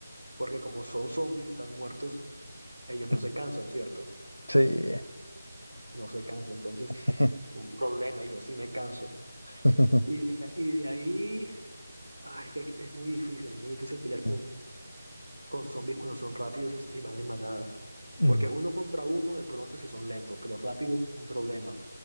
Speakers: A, on the right (about 80°); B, on the left (about 85°).
A: porque como son zombies, están muertos, ellos no
B: mm.
A: se cansan, ¿cierto?
B: Sí.
A: No se cansan. Entonces,
B: <laughs>
A: un problema, y yo sí me canso.
B: <laughs>
A: Y de, y de ahí, ay, es que es muy difícil, es muy difícil pelear
B: Mm,
A: con zombies cuando son rápidos y, y van en manada.
B: mm,
A: Porque uno contra uno, de pronto si son lentos, pero rápido, un problema.